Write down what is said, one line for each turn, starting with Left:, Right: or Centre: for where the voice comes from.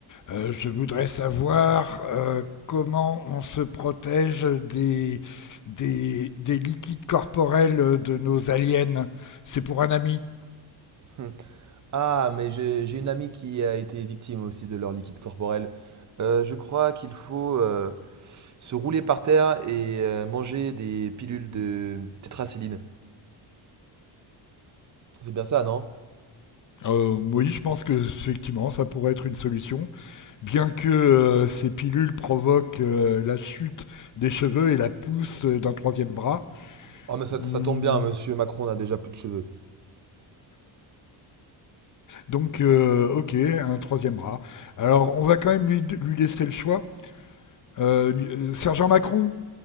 Left: Euh, je voudrais savoir euh, comment on se protège des, des, des liquides corporels de nos aliens. C'est pour un ami.
Right: Hum. Ah, mais j'ai j'ai une amie qui a été victime aussi de leur liquide corporel. Euh, je crois qu'il faut euh, se rouler par terre et euh, manger des pilules de tétracilline. C'est bien ça, non?
Left: Euh, oui, je pense que effectivement, ça pourrait être une solution, bien que euh, ces pilules provoquent euh, la chute des cheveux et la pousse euh, d'un troisième bras.
Right: Oh, mais ça,
Left: Hmm,
Right: ça tombe bien, monsieur Macron n'a déjà plus de cheveux.
Left: Donc, euh, ok, un troisième bras. Alors, on va quand même lui, lui laisser le choix. Euh, lui- euh, Sergent Macron?